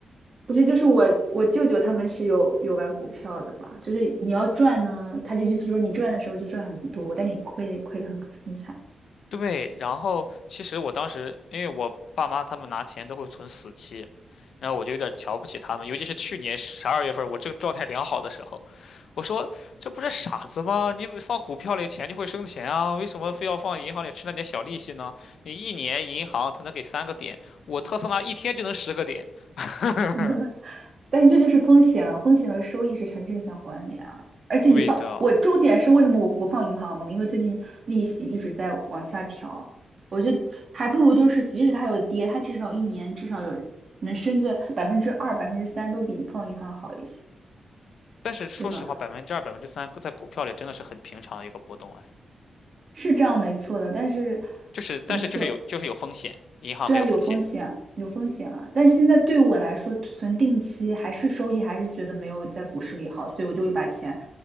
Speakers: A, on the right; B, on the left.
A: 不是就是我我舅舅他们是有有玩股票的吧？就是你要赚呢，他就意思说你赚的时候就赚很多，但你亏的亏的很很惨。
B: 对，然后其实我当时，因为我爸妈他们拿钱都会存死期，然后我就有点瞧不起他们，尤其是去年十二月份我正状态良好的时候，我说这不是傻子吗？你放股票里钱就会生钱啊，为什么非要放银行里吃那点小利息呢？你一年银行才能给三个点，我特斯拉一天就能十个点。<laughs>
A: <laughs> 但这就是风险啊，风险和收益是成正相关的呀。而且你放，
B: 对的，
A: 我重点是为什么我不放银行了呢？因为最近利息一直在往下调，我就还不如就是即使它有跌，它至少一年至少有能升个百分之二、百分之三，都比放银行好一些，
B: 但是说实话，
A: 对吧？
B: 百分之二、百分之三在股票里真的是很平常的一个波动啊，
A: 是这样没错的，但是
B: 就是但是就是有就是有风险，
A: 怎么说？
B: 银行没有风险。
A: 对啊，有风险，有风险啊。但是现在对我来说，存定期还是收益，还是觉得没有在股市里好，所以我就会把钱，